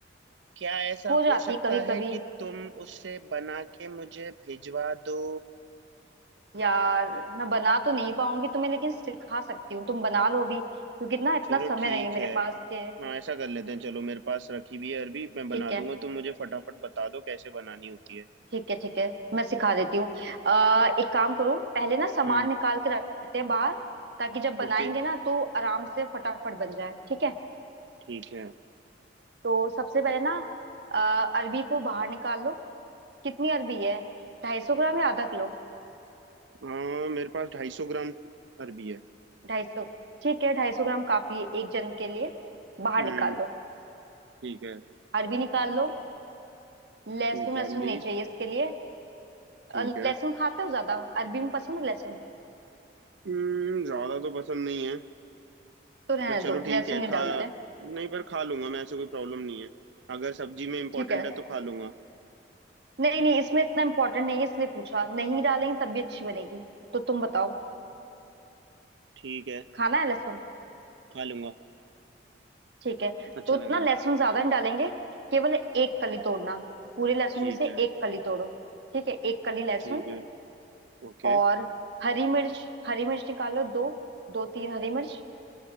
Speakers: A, on the right; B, on the right.
A: क्या ऐसा
B: हो जाती
A: हो सकता
B: है कभी
A: है
B: कभी
A: कि तुम उससे बना के मुझे भिजवा दो
B: यार मैं बना तो नहीं पाऊंगी तुम्हें लेकिन सिखा सकती हूँ तुम बना लो अभी क्योंकि ना इतना
A: चलो
B: समय
A: ठीक
B: नहीं है मेरे
A: है
B: पास के
A: हाँ ऐसा कर लेते हैं चलो मेरे पास रखी भी है अरबी मैं बना
B: ठीक
A: दूंगा
B: है
A: तुम मुझे फटाफट बता दो कैसे बनानी होती है
B: ठीक है ठीक है मैं सिखा देती हूँ अः एक काम करो पहले ना सामान
A: हम्म
B: निकाल के रखते हैं बाहर ताकि जब बनाएंगे
A: ओके
B: ना तो आराम से फटाफट बन जाए ठीक है
A: ठीक है
B: तो सबसे पहले ना अ, अरबी को बाहर निकाल लो कितनी अरबी है ढाई सौ ग्राम या आधा किलो
A: हाँ मेरे पास ढाई सौ ग्राम अरबी है
B: ढाई सौ ठीक है ढाई सौ ग्राम काफी है एक जन के लिए बाहर
A: हम्म
B: निकाल लो
A: ठीक है
B: अरबी निकाल लो लहसुन
A: निकाल
B: लहसुन
A: ली
B: नहीं चाहिए इसके लिए
A: ठीक
B: अ, लहसुन
A: है
B: खाते हो ज्यादा अरबी में पसंद है लहसुन
A: हम्म ज्यादा तो पसंद नहीं है
B: तो रहने
A: पर चलो
B: दो
A: ठीक
B: लहसुन
A: है
B: नहीं
A: खा
B: डालते
A: नहीं पर खा लूंगा मैं ऐसे कोई प्रॉब्लम नहीं है अगर सब्जी में इम्पोर्टेंट
B: ठीक है
A: है तो खा लूंगा
B: नहीं नहीं इसमें इतना इम्पोर्टेंट नहीं है इसलिए पूछा नहीं डालेंगे तब भी अच्छी बनेगी तो तुम बताओ
A: ठीक है
B: खाना है लहसुन
A: खा लूंगा
B: ठीक है
A: अच्छा
B: तो
A: लगेगा
B: ना लहसुन ज्यादा नहीं डालेंगे केवल एक कली तोड़ना पूरे लहसुन
A: ठीक
B: में से
A: है
B: एक कली तोड़ो ठीक है एक कली लहसुन
A: ठीक है ओके
B: और हरी मिर्च हरी मिर्च निकालो दो दो तीन हरी मिर्च